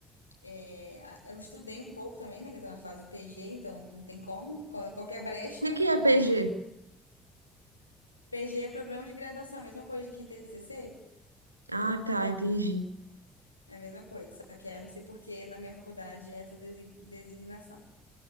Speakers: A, on the left (about 85°); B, on the right (about 85°).
A: é, a- eu estudei um pouco também, né? Que eu tô na fase do PG, então não tem como. qual- Qualquer brecha,
B: O que que é
A: a gente.
B: PG?
A: PG é programa de graduação, a mesma coisa que TCC,
B: Ah, tá, entendi.
A: é a mesma coisa. Só que aí eu não sei por que na minha faculdade é essa desi- designação.